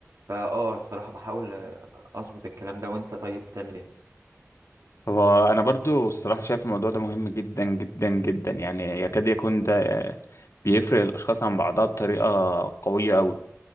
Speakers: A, on the right; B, on the left.
A: فأه الصراحة بحاول آه، أظبط الكلام ده وأنت طيب بتعمل إيه؟
B: هو انا برضو الصراحة شايف الموضوع ده مهم جدا جدا جدا يعني يكاد يكون ده بيفرق الاشخاص عن بعضها بطريقة قوية أوي